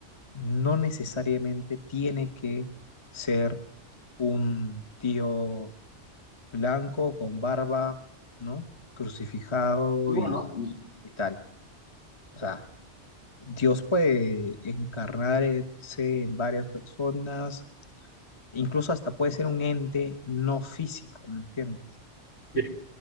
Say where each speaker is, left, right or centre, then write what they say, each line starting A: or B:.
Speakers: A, on the left; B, on the left.
A: no necesariamente tiene que ser un tío blanco, con barba, ¿no? Crucificado
B: Bueno,
A: y,
B: ujú,
A: y tal. O sea, Dios puede encarnarse en varias personas, incluso hasta puede ser un ente no físico, ¿me entiendes?
B: sí,